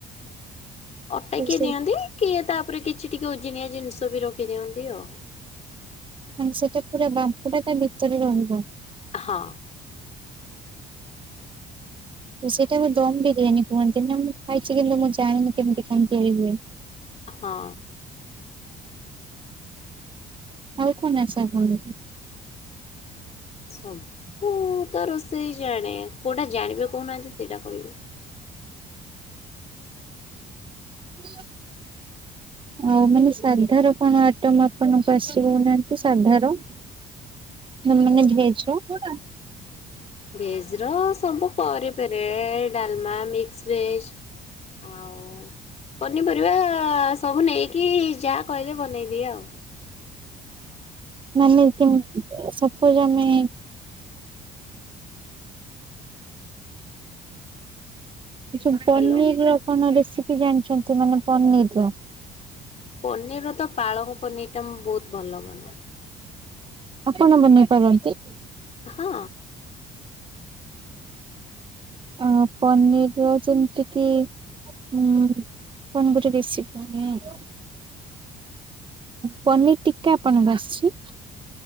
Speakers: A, on the left; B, on the right.
A: ଅଟା କିଏ
B: ସେ
A: ଦିଅନ୍ତି କିଏ ତାପରେ କିଛି ଟିକେ ଓଜିନିଆ ଜିନିଷବି ରଖିଦିଅନ୍ତି ଆଉ।
B: ମାନେ ସେଟା ପୁରା ବାମ୍ପଟା ତାଭିତରେ ରହିବ?
A: ହଁ।
B: ତ ସେଟାକୁ ଦମ୍ ବିରିୟାନୀ କୁହନ୍ତି ନାମୁଁ ଖାଇଛି କିନ୍ତୁ ମୁଁ ଜାଣିନି କେମିତି କଣ ତିଆରି ହୁଏ।
A: ହଁ।
B: ଆଉ କଣ ଆସେ ଆପଣଙ୍କୁ?
A: ସବୁତ ରୋଷେଇ ଜାଣେ କୋଉଟା ଜାଣିବେ କହୁନାହାନ୍ତି ସେଇଟା କହିବି।
B: <inaudible> ଆଉ ମାନେ ସାଧାର କଣ ଆଇଟମ୍ ଆପଣଙ୍କୁ ଆସିବ କଉନାହାନ୍ତି ସାଧାର?
A: <inaudible>
B: ମାନେ ମାନେ ଭେଜର୍?
A: ଭେଜର୍ ସବୁ କରିପାରେ ଡ଼ାଲମା ମିକ୍ସ୍ ଭେଜ୍ ଆଉ ପନିପରିବା ଆ ସବୁ ନେଇକି ଯାହା କହିଲେ ବନେଇଦିଏ ଆଉ।
B: ମାନେ କେମିତି ସପୋଜ୍ ଆମେ ଏ ଯୋଉ
A: ହ୍ୟାଲୋ
B: ପନିରର କଣ ରେସିପି ଜାଣିଚନ୍ତି ମାନେ ପନିରର?
A: ପନିରର ତ ପାଳଙ୍ଗ ପନିରଟା ମୁଁ ବୋହୁତ ଭଲ ବନାଏ।
B: ଆପଣ ବନେଇ ପାରନ୍ତି?
A: ହଁ।
B: ଅଁ ପନିରର ଯେମିତି କି ଉଁ କଣ ଗୋଟେ ରେସିପି ଆଉ ନୁହେଁ ପନିର ଟିକା ଆପଣଙ୍କୁ ଆସଚି?